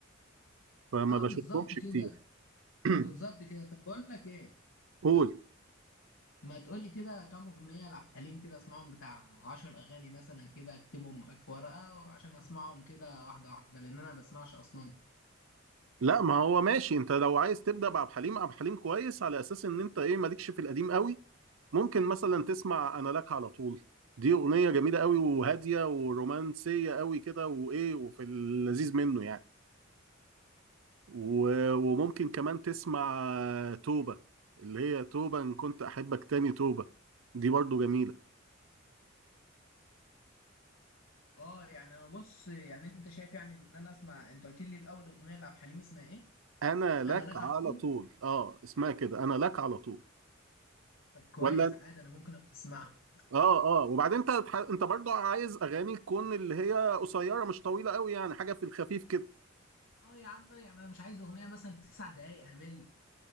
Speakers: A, on the right; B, on the left.
A: فما
B: اه
A: بشوفهمش
B: بالظبط كده
A: كتير <clears throat>
B: بالظبط كده طب بقول لك ايه
A: قول
B: ما تقولي كده كام أغنية لعبد الحليم كده اسمعهم بتاع عشر أغاني مثلا كده اكتبهم معاك في ورقة عشان اسمعهم كده واحدة واحدة لأن أنا بسمعش أصلا
A: لا ما هو ماشي انت لو عايز تبدا بعبد الحليم عبد الحليم كويس على اساس ان انت ايه مالكش في القديم قوي ممكن مثلا تسمع انا لك على طول دي اغنيه جميله قوي وهاديه ورومانسيه قوي كده وايه وفي اللذيذ منه يعني و- وممكن كمان تسمع توبه اللي هي توبه ان كنت احبك تاني توبه دي برضو جميله
B: اه يعني أنا بص يعني أنت شايف يعني إن أنا أسمع أنت قلت لي الأول أغنية لعبد الحليم اسمها إيه؟
A: انا لك
B: أنا لك
A: على
B: على طول
A: طول اه اسمها كده انا لك على طول
B: طب كويس
A: ولا
B: عادي أنا ممكن أبقى أسمعها
A: اه اه وبعدين انت انت برضو عايز اغاني تكون اللي هي قصيره مش طويله قوي يعني حاجه في الخفيف كده
B: اه يا عم أنا يعني أنا مش عايز أغنية مثلا تسع دقايق أمل